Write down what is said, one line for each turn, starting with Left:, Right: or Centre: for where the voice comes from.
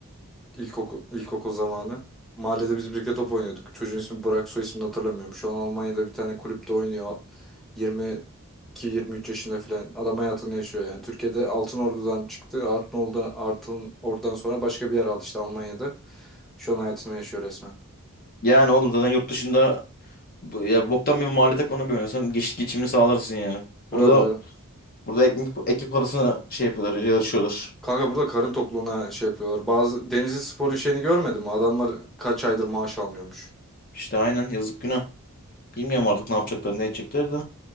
Centre: Ee, ilkokul, ilkokul zamanı. Mahallede biz birlikte top oynuyorduk. Çocuğun ismi Burak, soy ismini hatırlamıyorum. Şu an Almanya'da bir tane kulüpte oynuyor. 22-23 yaşında falan. Adam hayatını yaşıyor yani. Türkiye'de Altınordu'dan çıktı. Altınordu, Altınordu'dan sonra başka bir yer aldı işte Almanya'da. Şu an hayatını yaşıyor resmen.
Left: Yani oğlum zaten yurt dışında bu- ya boktan bir mahalle takımına bir oynasan geç, geçimini sağlarsın yani.
Centre: Öyle.
Left: Burada burada ekmek, ekmek parasına şey yapıyorlar yarışıyorlar.
Centre: Kanka burada karın tokluğuna şey yapıyorlar. Bazı Denizli Spor'un şeyini görmedim mi? Adamlar kaç aydır maaş almıyormuş.
Left: İşte aynen yazık günah. Bilmiyorum artık ne yapacaklar ne edecekler de.